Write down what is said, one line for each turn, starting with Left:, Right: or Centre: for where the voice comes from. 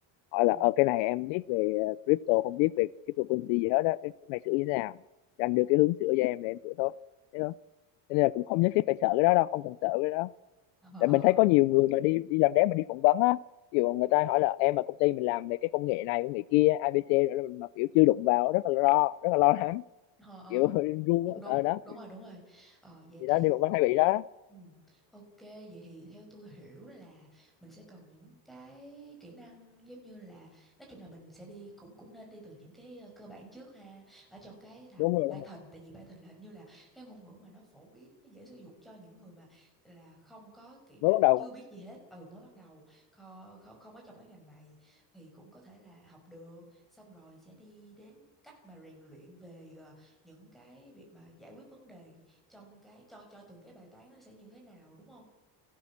Left: hỏi
Centre: À.
Left: là ờ cái này em biết về ờ, crypto không biết về cryptocurrency gì hết đó cái cái này sửa như thế nào thì anh đưa cái hướng sửa cho em là em sửa thôi thế thôi Cho nên là cũng không nhất thiết phải sợ cái đó đâu không cần sợ cái đó
Centre: ờ
Left: tại
Centre: ờ
Left: mình thấy có nhiều người mà đi đi làm đếm mà đi phỏng vấn á ví dụ người ta hỏi là em mà công ty mình làm về cái công nghệ này công nghệ kia ABC rồi mình mà kiểu chưa đụng vào rất là lo rất là lo lắng
Centre: ờ ờ
Left: kiểu <laughs> run
Centre: cũng
Left: á.
Centre: đúng
Left: ờ đó
Centre: đúng rồi đúng rồi ờ vậy
Left: thì
Centre: thì
Left: đó đi phỏng vấn hay bị đó
Centre: Ừ. Ok, vậy thì theo tôi hiểu là mình sẽ cần những cái kỹ năng giống như là nói chung là mình sẽ đi cũng cũng nên đi từ những cái ờ, cơ bản trước ha ở trong cái thằng
Left: đúng rồi
Centre: Python tại vì Python là hình như là cái ngôn ngữ mà nó phổ biến nó dễ sử dụng cho những người mà là không có kỹ năng
Left: mới bắt đầu
Centre: chưa biết gì hết ừ mới bắt đầu kho, không không có trong cái ngành này thì cũng có thể là học được xong rồi sẽ đi đến cách mà rèn luyện về ờ, những cái việc mà giải quyết vấn đề trong cái cho cho từng cái bài toán nó sẽ như thế nào đúng không